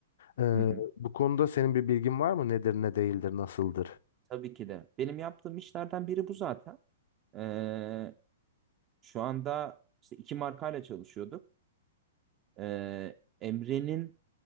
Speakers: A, on the left; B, on the right.
A: Ee,
B: Hı hı.
A: bu konuda senin bir bilgin var mı? Nedir, ne değildir, nasıldır?
B: Tabii ki de. Benim yaptığım işlerden biri bu zaten. Ee, şu anda işte iki markayla çalışıyorduk. Ee, Emre'nin